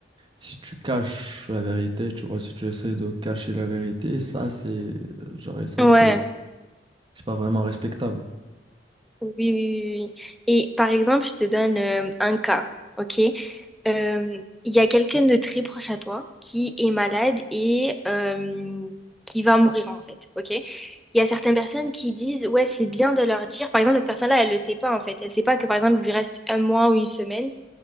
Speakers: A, on the right; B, in the centre.
A: Si tu caches la vérité, tu vois, si tu essaies de cacher la vérité, ça c'est, genre, et ça
B: Ouais.
A: c'est, c'est pas vraiment respectable.
B: Oui, oui, oui. oui. oui. Et par exemple, je te donne euh, un cas, ok? Euh, Il y a quelqu'un de très proche à toi qui est malade et euh, qui va mourir en fait, ok? Il y a certaines personnes qui disent, ouais, c'est bien de leur dire. Par exemple, cette personne-là, elle le sait pas en fait. Elle sait pas que par exemple, il lui reste un mois ou une semaine.